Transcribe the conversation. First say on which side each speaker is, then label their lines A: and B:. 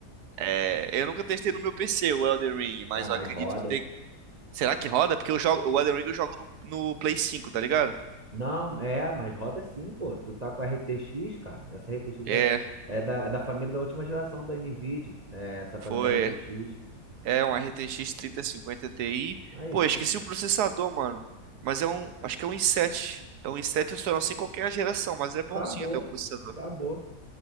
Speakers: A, on the right (about 75°); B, on the right (about 35°).
A: É, eu nunca testei no meu PC o Elden Ring, mas
B: Ah, mas
A: eu acredito
B: roda.
A: que tem. Será que roda? Porque eu jogo, o Elden Ring eu jogo no, no Play 5, tá ligado?
B: Não, é, mas roda sim, pô. Tu tá com a RTX, cara. Essa RTX
A: É.
B: é, é da, é da família da última geração da NVIDIA. É, essa
A: Foi.
B: família RTX.
A: É um RTX 3050 Ti.
B: Aí,
A: Pô,
B: pô,
A: eu esqueci o processador, mano. Mas é um. Acho que é um i7. É um i7, eu só não sei qual que é a geração, mas é bonzinho
B: acabou.
A: até o processador.
B: Acabou.